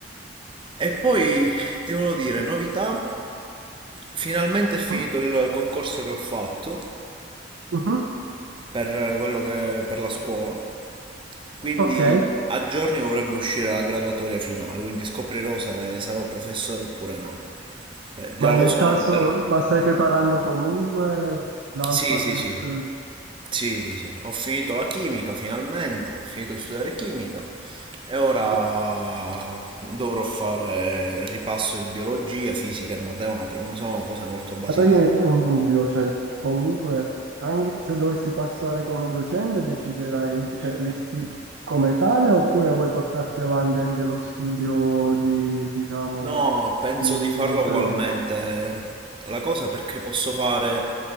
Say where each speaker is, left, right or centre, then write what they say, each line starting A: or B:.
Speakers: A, on the right; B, on the right.
A: E poi ti volevo dire, novità, finalmente
B: Mhm.
A: è finito il concorso che ho fatto
B: Mhm.
A: per quello che per la scuola, quindi
B: Ok,
A: a giorni dovrebbe uscire la graduatoria finale, quindi scoprirò se sarò professore oppure no. Eh, già
B: ma
A: lo
B: nel
A: sono,
B: caso,
A: però.
B: ma stai preparando comunque l'alpha
A: Sì, sì,
B: test?
A: sì. Sì, sì, sì, ho finito la chimica finalmente, ho finito di studiare chimica e ora
B: Mhm.
A: dovrò fare ripasso di biologia, fisica e matematica, ma sono cose molto basilari.
B: Ma toglimi un dubbio, cioè comunque anche se dovessi passare come docente deciderai, di- cioè resti come tale oppure vuoi portarti avanti anche lo studio di, diciamo,
A: No, penso
B: di
A: di farla
B: infermieria?
A: ugualmente. La cosa è perché posso fare,